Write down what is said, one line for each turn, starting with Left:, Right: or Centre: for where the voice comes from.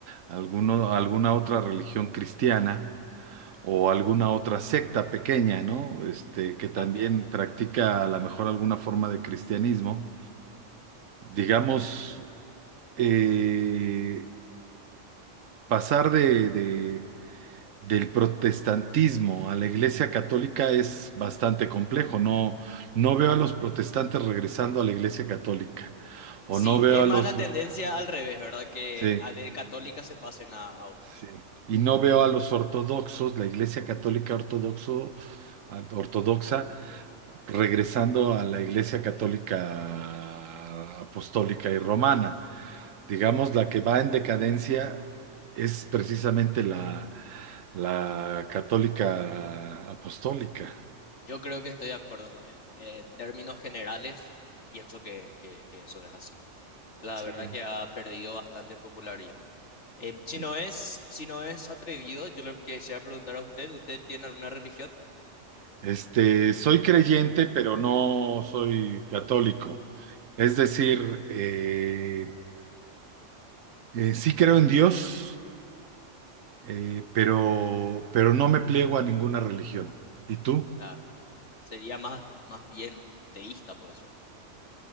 Right: alguno- alguna otra religión cristiana o alguna otra secta pequeña, ¿no? Este, que también
Left: también.
Right: practica a lo mejor alguna forma de cristianismo. Digamos,
Left: Ujú.
Right: eh, pasar de, de- del protestantismo a la Iglesia Católica es bastante complejo. No, no veo a los protestantes regresando a la Iglesia Católica. O
Left: Sí,
Right: no veo
Left: es
Right: a
Left: más
Right: los...
Left: la tendencia al revés, ¿verdad? Que
Right: Sí,
Left: a de católica se pasen a, a otros.
Right: sí. Y no veo a los ortodoxos, la Iglesia Católica ortodoxo, a- ortodoxa,
Left: Ujú.
Right: regresando a la Iglesia Católica apostólica y romana. Digamos, la que va en decadencia es precisamente la, la católica apostólica.
Left: Yo creo que estoy de acuerdo también. En términos generales, pienso que, que- que eso es así. La
Right: Sí.
Left: verdad que ha perdido bastante popularidad. Em, si
Right: sí.
Left: no es, si no es atrevido, yo le quisiera preguntar a usted, ¿usted tiene alguna religión?
Right: Este, soy creyente, pero no soy católico. Es decir, eh, eh, sí creo en Dios, eh, pero, pero no me pliego a ninguna religión. ¿Y tú?
Left: Claro. Sería más, más bien un deísta, puede ser.